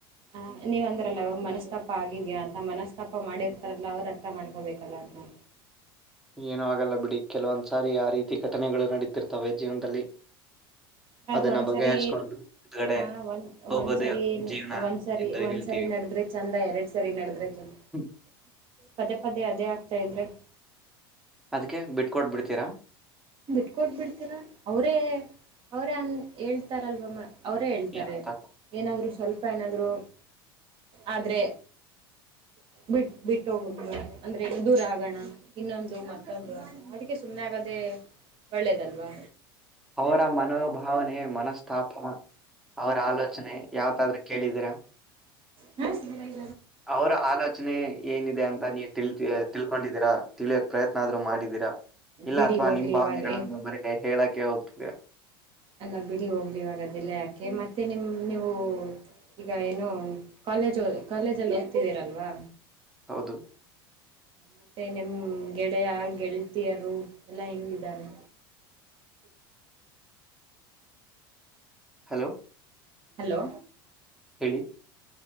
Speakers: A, on the right (about 45°); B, in the centre.
A: ಆ ನೀವ್ ಅಂದ್ರಲ್ಲ ಅವವಾಗ ಮನಸ್ತಾಪ ಆಗಿದ್ಯಾ ಅಂತ ಮನಸ್ತಾಪ ಮಾಡಿರ್ತಾರಲ್ಲ ಅವ್ರು ಅರ್ಥ ಮಾಡ್ಕೋಬೇಕಲ್ಲ ಅದನ್ನ
B: ಏನೂ ಆಗಲ್ಲ ಬಿಡಿ ಕೆಲವೊಂದ್ಸಾರಿ ಆ ರೀತಿ ಘಟನೆಗಳು ನಡೀತಿರ್ತವೆ ಜೀವನದಲ್ಲಿ
A: ಅದು
B: ಅದನ್ನ
A: ಒಂದ್ಸರಿ
B: ಬಗೆಹರಿಸಕೊಂಡು ಹೊರಗಡೆ
A: ಆ ಒಂದ
B: ಹೋಗೋದೇ
A: ಒಂದ್ಸರಿ
B: ಜೀವನ
A: ಒಂದ್ಸರಿ
B: ಎಂದು
A: ಒಂದ್ಸರಿ
B: ಹೇಳ್ತೀವಿ
A: ನಡದ್ರೆ ಚಂದ ಎರಡ್ ಸರಿ ನಡದ್ರೆ ಚಂದ
B: ಹ್ಮ್.
A: ಪದೇ ಪದೇ ಅದೇ ಆಗ್ತಾ ಇದ್ರೆ
B: ಅದಕ್ಕೆ ಬಿಟ್ಕೊಟ್ಬ ಬಿಡ್ತೀರಾ
A: ಬಿಟ್ಕೊಟ್ ಬಿಡ್ತೀರ ಅವರೇ ಅವರೇ ಅನ್ ಹೇಳ್ತಾರಲ್ವಮ್ಮ ಅವರೇ ಹೇಳ್ತಾರೆ
B: ಏನಂತ
A: ಏನಾದ್ರು ಸ್ವಲ್ಪ ಏನಾದ್ರು ಆದ್ರೆ ಬಿಟ್ ಬಿಟ್ಟೋಗ ಅಂದ್ರೆ ದುರ ಆಗಣ ಇನ್ನೊಂದು ಮತ್ತೊಂದು ಅದಕ್ಕೆ ಸುಮ್ಮನೆ ಆಗದೆೇ ಒಳ್ಳೇದಲ್ವಾ
B: ಅವರ ಮನೋಭಾವನೆ ಮನಸ್ತಾಪ ಅವರ ಆಲೋಚನೆ ಯಾವ್ದಾದ್ರೂ ಕೇಳಿದೀರಾ
A: ಹ್ಮ
B: ಅವರ ಆಲೋಚನೆ ಏನಿದೆ ಅಂತ ನೀ ತಿ ತಿಳ್ಕೊಂಡಿದ್ದೀರಾ ತಿಳಿಯಕ್ ಪ್ರಯತ್ನ ಆದ್ರರು ಮಾಡಿದ್ದೀರಾ ಇಲ್ಲ
A: ಬಿಡಿ
B: ಅಥವಾ
A: ಹೋಗ್ಲಿ
B: ನಿನ್ ಭಾವನೆಗಳಗಳನ್ನು
A: ಇವಾಗ
B: ಬರ ಹೇಳಕ್ಕೆೆ ಹೋಗ್ತೀವಿ
A: ಅಲ್ಲ ಬಿಡಿ ಹೋಗ್ಲಿ ಇವಾಗ ದಲೆ ಹಾಕೆ ಮತ್ತೆ ನಿಮ ನೀವು ಈಗ ಏನು ಕಾಲೇಜ್ ಕಾಲೇಜಲ್ಲಿ ಹೋಗ್ತಿದ್ದೀರಲ್ವಾ
B: ಹೌದು
A: ಮತ್ತೆ ನಿಮ್ ಗೆಳೆಯ ಗೆಳತಿಯರು ಎಲ್ಲಾ ಹೆಂಗಿದ್ದಾರೆ
B: ಹಲೋ
A: ಹಲೋ
B: ಹೇಳಿ.